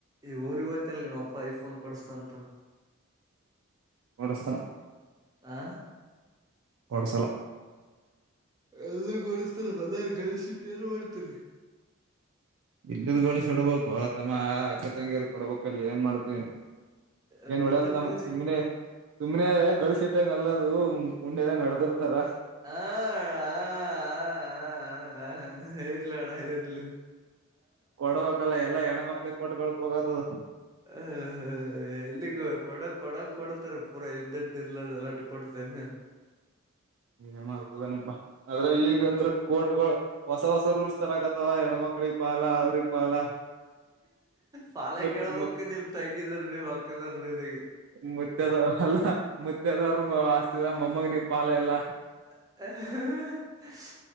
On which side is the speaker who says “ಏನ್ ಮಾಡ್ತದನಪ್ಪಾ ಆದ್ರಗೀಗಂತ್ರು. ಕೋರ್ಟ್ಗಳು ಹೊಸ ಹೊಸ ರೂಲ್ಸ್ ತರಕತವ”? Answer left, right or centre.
Right